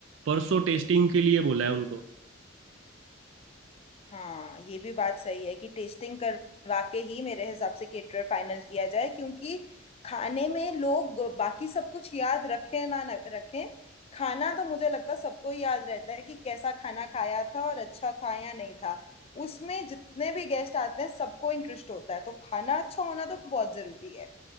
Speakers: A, on the right; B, on the left.
A: परसों टेस्टिंग के लिए बोला है उनको
B: हाँ ये भी बात सही है कि टेस्टिंग करवा के ही मेरे हिसाब से केटरर फाइनल किया जाए क्योंकि खाने में लोग बाकी सब कुछ याद रखें ना न- रखें खाना तो मुझे लगता है सबको ही याद रहता है कि कैसा खाना खाया था और अच्छा था या नहीं था उसमें जितने भी गेस्ट आते हैं सबको इंटरेस्ट होता है तो खाना अच्छा होना तो बहुत जरूरी है